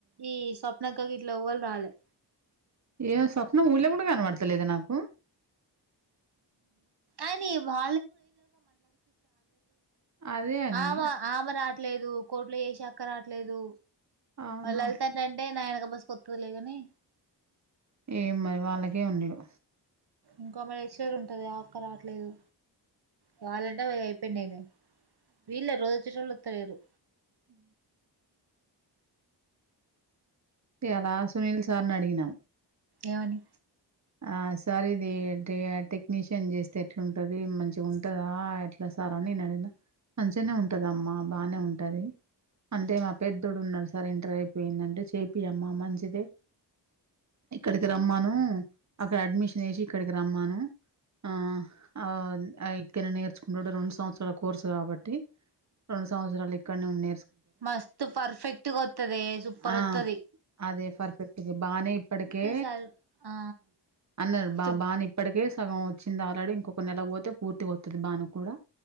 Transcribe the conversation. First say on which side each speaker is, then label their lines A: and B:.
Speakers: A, on the right; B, on the right.
A: ఈ స్వప్నక్క గిట్ల ఎవరు రాలే
B: ఏమో స్వప్నం ఊళ కూడా కనబడతలేద నాకు
A: అ నీ వ <unintelligible>
B: అదే అని
A: ఆమ ఆమ రాట్లేదు కోట్లో చేసే అక్క రాట్లేదు
B: అవునా
A: లలిత అంటి అంటే నాయనక బస్ కొత్తదిలే ని
B: ఏం మరి వాళ్ళకే ఉండవు
A: ఇంకా మరి ఎక్స్ర్ ఉంటది అక్క రావట్లేదు కావాలంటే అవి అయిపోయినాయిద వీళ్ళ రోజుచట్లుత్తలేరు
B: హ లలా సునీల్ సార్ నీ అడిగినా
A: ఏమని
B: ఆ సార్ ఇది టెక్నీషియన్ చేస్తే ఎట్లాంటది మంచిగా ఉంటందా ఎట్లా సార్ నేను అడిగిన మంచిగానే ఉంటదమ్మా బాగానే ఉంటది అంటే మా పెద్దడు ఉన్నారు సార్ ఇంటర్ అయిపోయిందంటే చేపి అమ్మా మంచిదే ఇక్కడికి రమ్మాను అక్కడ అడ్మిషన్ వేసి ఇక్కడికి రమ్మాను ఆ ఆ ఇక్కన నేర్చుకుంటడు రెండు సంవత్సరాల కోర్సు కాబట్టి రెండు సంవత్సరాలు ఇక్కడనే ఉండే
A: మస్త్ పర్ఫెక్ట్ గా వస్తదే సూపర్
B: ఆ
A: వతది
B: అదే పర్ఫెక్ట్ బానే ఇప్పటికె
A: సార్ ఆ
B: అన్నారు బా
A: చెప్
B: బానే ఇప్పటికే సగం వచ్చింది ఆల్రెడీ ఇంకొక నెల పోతే పూర్తిగా అవుతుంది బాను కూడా